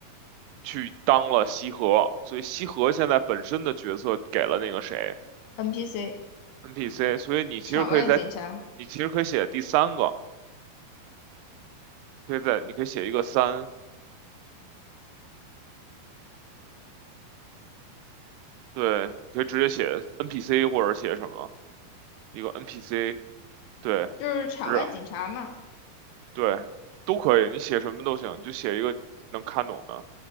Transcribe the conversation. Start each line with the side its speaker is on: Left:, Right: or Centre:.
Right: 去当了西河，所以西河现在本身的角色给了那个谁
Left: ，NPC
Right: NPC，所以你其实可以在，
Left: 场外警察
Right: 你其实可以写第三个，可以在你可以写一个三，对，你可以直接写 NPC 或者写什么一个 NPC，对，
Left: 就是场外警察嘛。
Right: 是，对，都可以，你写什么都行，你就写一个能看懂的